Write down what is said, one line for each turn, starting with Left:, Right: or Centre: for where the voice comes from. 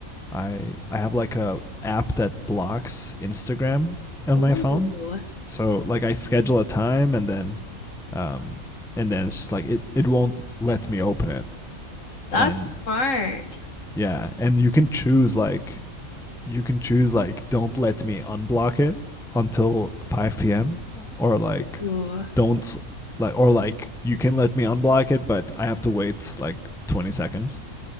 Centre: I I have like a app that blocks Instagram on
Left: Ooh,
Centre: my phone. So like I schedule a time and then um, and then it's just like it it won't let me open it.
Left: that's
Centre: And
Left: smart.
Centre: yeah, and you can choose like you can choose like don't let me unblock it until 5 p.m. or like
Left: Ooh.
Centre: don't like or like you can let me unblock it but I have to wait like 20 seconds.